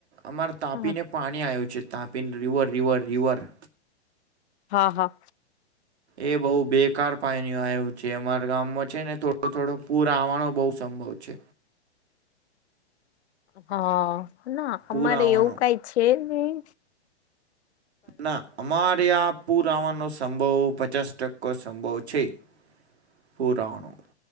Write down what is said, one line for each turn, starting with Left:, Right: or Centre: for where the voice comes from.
Right: અમારી તાપીને
Left: હા
Right: પાણી આવ્યું છે તાપીને રિવર રિવર રિવર
Left: હા હા
Right: એ બહુ બેકાર પાણી આવ્યું છે અમારા ગામમાં છે ને થોડો થોડો પૂર આવવાનો બઉ સંભવ છે
Left: હહ ના
Right: પૂર
Left: અમારે
Right: આવવાનો
Left: એવું કાંઈ છેે જ ની.
Right: ના અમારે આ પૂર આવવાનો સંભવ પચાસ ટકો સંભવ છે. <unintelligible>